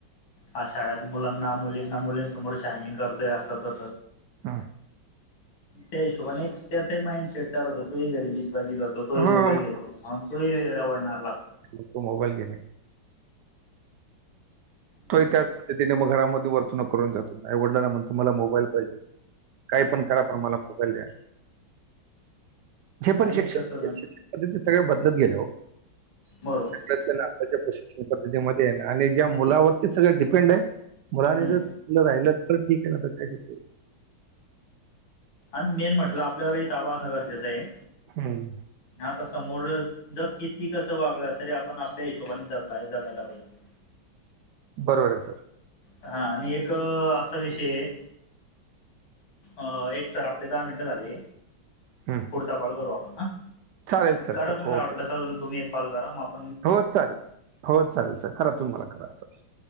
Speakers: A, on the left (about 85°); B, on the right (about 75°).
A: ह शाळेत मुलांना मुलींना मुलींसमोर शाईंनींग करतोय अस तअ
B: हा.
A: त्या हिशोबाने एक त्याचा माइंडसेट तयार होतो घरी जितबाजी करतो. तोही
B: हो,
A: मोबाईल
B: मग
A: घेतो म्हणून तोही वेगळ्या वळणावर लागतो.
B: लोक मोबाईल घेने.
A: बरोबर
B: तो ही त्याच पद्धतीने मग घरामध्ये वर्तनुक करून जातो आई वडिलांना म्हणतो मला मोबाईल पाहिजे. काही पण करा पण मला मोबाईल द्या. जे पण
A: आणि
B: शिक्षण
A: कसं
B: पद्धती सगळे बदलत गेले हो.
A: बरोबर
B: प्रयत्नांच्या प्रशिक्षण पद्धतीमध्ये आहे आणि ज्या मुलावरती सगळ डिपेंड आहे मुलानी
A: हम्म
B: जर. राहिलं तर ठीक आहे ना आता काय शक.
A: आणि मेन म्हटलं आपल्यावरही ताबा असणं गरजेचं आहे.
B: हम्.
A: आता समोर जग किती कसं वागलं तरी आपण आपल्या हिशोबाने जगला जगायला पाहिजे.
B: बरोबर आहे सर.
A: हा आणि एक असा विषय आहे अ एक सर आपले दहा मिनिटं झाले.
B: हं.
A: पुढचा कॉल करू आपण हा
B: चालेल सर,
A: करा
B: चालेल.
A: तुम्ही
B: ओके.
A: वाटलं स अजून तुम्ही एक कॉल करा म.
B: हो चालेल हो चालेल सल करा तुम्हाला करा चाल.